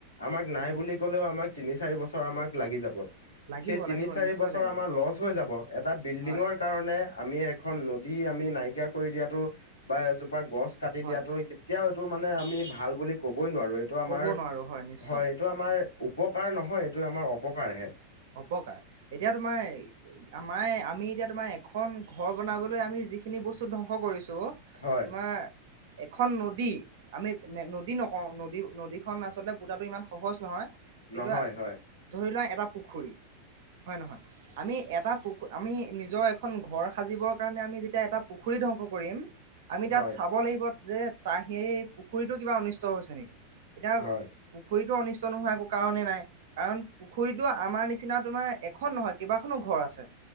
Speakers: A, on the left; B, on the right.
A: আমাক নাই
B: উম,
A: বুলি কলেও আমাক তিনি চাৰি বছৰ আমাক লাগি যাব।
B: লাগিব
A: সেই তিনি
B: লাগিব
A: চাৰি
B: নিশ্চয়
A: বছৰ
B: লাগিব
A: আমাৰ লছ হৈ যাব এটা বিল্ডিঙৰ
B: হয়
A: কাৰণে আমি এক এখন নদী আমি নাইকিয়া কৰি দিয়াতো বা এজো বা গছ কাটি
B: হয়
A: দিয়াটো কেতিয়াও এইটো মানে আমি ভাল বুলি বই নোৱাৰো এইটো আমাৰ
B: ক'ব নোৱাৰো নিশ্চয়
A: হয় এইটো আমাৰ উপকাৰ নহয় এইটো আমাৰ অপকাৰহে।
B: অপকাৰ এতিয়া তোমাৰ আমাৰ আমি এতিয়া তোমাৰ এখন ঘৰ বনাবলৈ আমি যিখিনি বস্তু ধংস কৰিছো
A: হয়,
B: তোমাৰ এখন নদী আমি নদী নকওঁ নদী নদীখন আচলতে পুতাটো ইমান সহজ নহয় কিন্তু
A: নহয় হয়,
B: ধৰি লোৱা এটা পুখুৰী, হয় নহয়? আমি এটা পুখ আমি নিজৰ এখন ঘৰ সাজিবৰ কাৰণে আমি যেতিয়া এটা পুখুৰী ধ্বংস কৰিম আমি তাত
A: হয়।
B: চাব লাগিব যে তা সেই পুখুৰীটো কিবা অনিষ্ট হৈছে নেকি। এটা
A: হয়
B: পুখুৰী টো অনিষ্ট নোহোৱা একো কাৰণেই নাই, কাৰণ পুখুৰীতো আমাৰ নিচিনা তোমাৰ এখন নহয় কেইবাখনো ঘৰ আছে।